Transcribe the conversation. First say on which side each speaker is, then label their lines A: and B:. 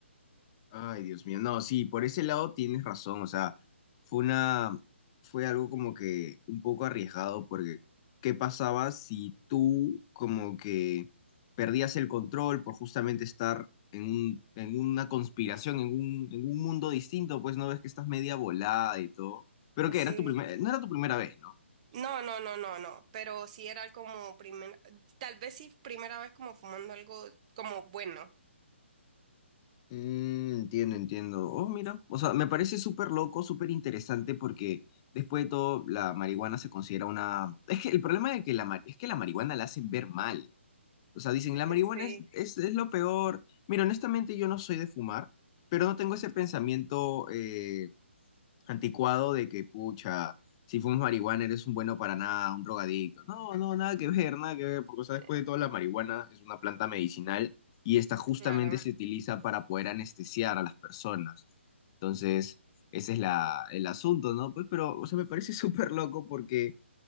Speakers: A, on the left (about 25°); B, on the right (about 35°).
A: Ay, Dios mío. No, sí, por ese lado tienes razón. O sea, fue una, fue algo como que un poco arriesgado, porque ¿qué pasaba si tú como que perdías el control por justamente estar en un, en una conspiración, en un, en un mundo distinto? Pues no ves que estás media volada y todo. Pero que
B: Sí.
A: era tu primera, no era tu primera vez, ¿no?
B: No, no, no, no, no. Pero sí era como primera, tal vez sí primera vez como fumando algo como bueno.
A: Mm, entiendo, entiendo. Oh, mira, o sea, me parece súper loco, súper interesante porque después de todo la marihuana se considera una... Es que el problema de que la mar- es que la marihuana la hacen ver mal. O sea, dicen,
B: <laughs>
A: la marihuana
B: Sí.
A: es, es, es lo peor. Mira, honestamente yo no soy de fumar, pero no tengo ese pensamiento eh, anticuado de que, pucha, si fumas marihuana eres un bueno para nada, un drogadicto. No, no, nada que ver, nada que ver, porque o sea,
B: <laughs>
A: después de todo la marihuana es una planta medicinal y esta justamente
B: Claro.
A: se utiliza para poder anestesiar a las personas. Entonces, ese es la, el asunto, ¿no? Pues, pero, o sea, me parece <laughs> súper loco porque,